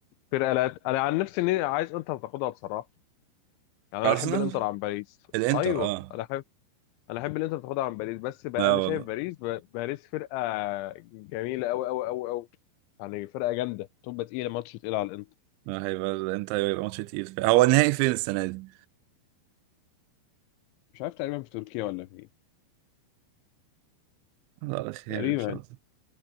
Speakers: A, on the left; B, on the right.
A: فرقه لا انا عن نفسي اني عايز انتر تاخدها بصراحه يعني
B: أرسنال
A: انا احب الانتر عن باريس
B: الإنتر
A: ايوه
B: أه
A: انا انا احب الانتر تاخدها عن باريس بس بقى
B: لا
A: انا
B: والله
A: شايف باريس ب... باريس فرقه جميله قوي قوي قوي قوي يعني فرقه جامده تبقى تقيله ماتش تقيل على الانتر
B: لا هيبقى الإنتر هيبقى ماتش تقيل هو النهائي فين السنة دي؟
A: مش عارف تقريبا في تركيا ولا في ايه
B: الله على خير
A: تقريبا
B: إن شاء الله